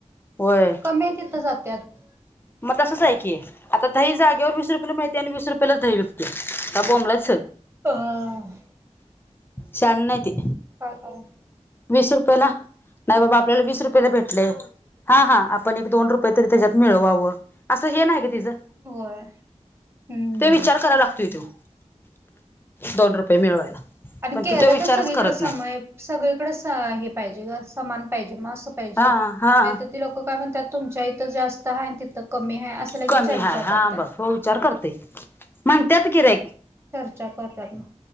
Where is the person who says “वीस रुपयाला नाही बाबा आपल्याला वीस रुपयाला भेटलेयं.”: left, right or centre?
Left